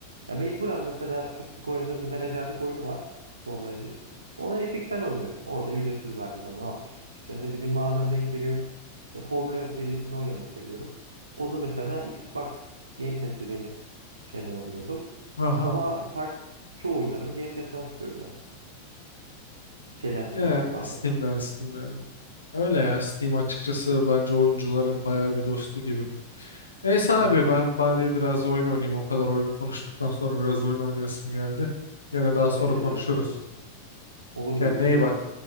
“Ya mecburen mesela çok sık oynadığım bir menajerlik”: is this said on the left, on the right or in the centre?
Right